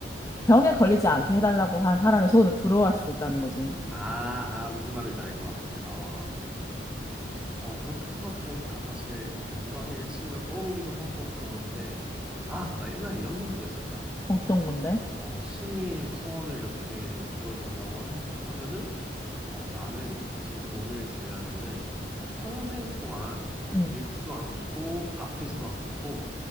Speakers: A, on the left (about 15°); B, in the centre.
A: 병에 걸리지 않게 해달라고 한 사람의 소원을 부러워할 수도 있다는 거지.
B: 아, 아 무슨 말인지 알 것 같아. 어. 어, 그렇게 생각해보니까 사실 건강이 1순위로 떠오르기도 하고 그러는데, 아, 나 옛날에 이런 생각도 했었다.
A: 어떤 건데?
B: 어, 신이 소원을 이렇게 들어준다고 하, 하면은, 어, 나는 사실 돈을 제외하면은 평생 동안
A: 응
B: 늙지도 않고 아프지도 않고